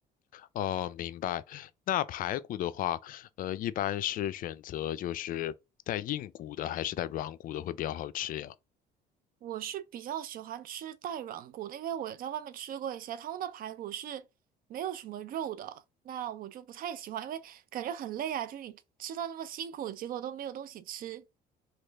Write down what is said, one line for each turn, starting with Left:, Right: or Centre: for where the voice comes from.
Left: 哦，明白。那排骨的话，呃，一般是选择就是带硬骨的还是带软骨的会比较好吃呀？
Right: 我是比较喜欢吃带软骨的，因为我在外面吃过一些，他们的排骨是没有什么肉的，那我就不太喜欢，因为感觉很累啊，就是你吃到那么辛苦，结果都没有东西吃。